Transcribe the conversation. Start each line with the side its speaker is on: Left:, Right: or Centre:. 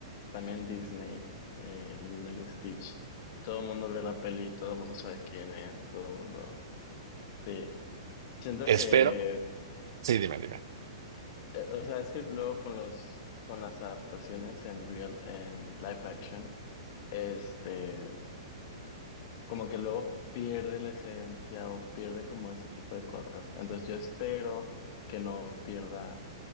Left: también Disney, eh, Lilo y Stitch. Todo el mundo vio la peli, todo el mundo sabe quién es, todo el mundo. Sí, siento que,
Right: Espero Sí, dime, dime.
Left: eh, o sea, es que luego con los, con las adaptaciones en real, en live action, este, como que luego pierde la esencia o pierde como ese tipo de cosas. Entonces yo espero que no pierda